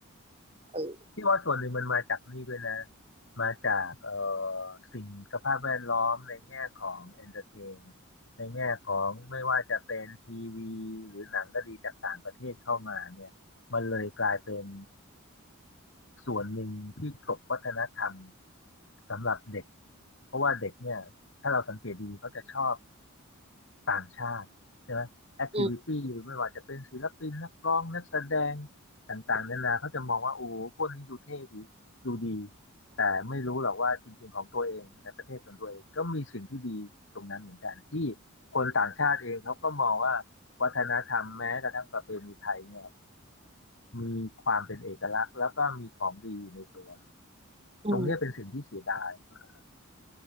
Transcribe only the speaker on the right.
เออ
อืม
อืม